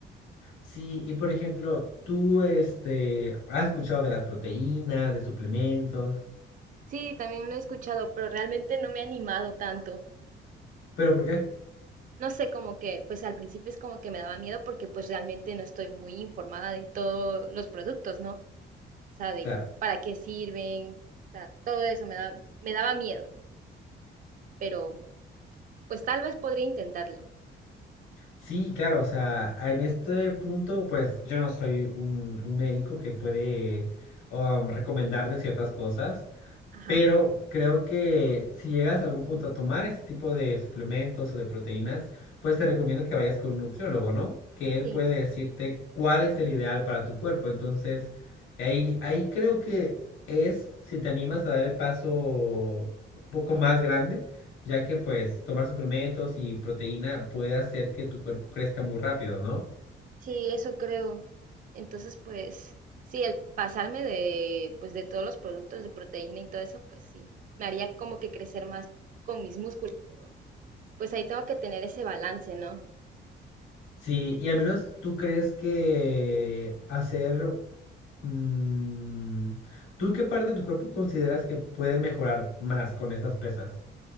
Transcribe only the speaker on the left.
sí, y por ejemplo, tú este has escuchado de las proteínas, de suplementos,
pero ¿por qué?
Claro.
Sí, claro, o sea, en este punto, pues yo no soy un, un médico que puede um, recomendarte ciertas cosas,
pero creo que si llegas a algún punto a tomar este tipo de suplementos o de proteínas, pues te recomiendo que vayas con un nutriólogo, ¿no? Que él
puede decirte cuál es el ideal para tu cuerpo. Entonces, ahí, ahí creo que es si te animas a dar el paso un poco más grande, ya que pues tomar suplementos y proteína puede hacer que tu cuerpo crezca muy rápido, ¿no?
Sí, y al menos tú crees que hacer Mm, ¿tú qué parte de tu cuerpo consideras que puede mejorar más con estas pesas?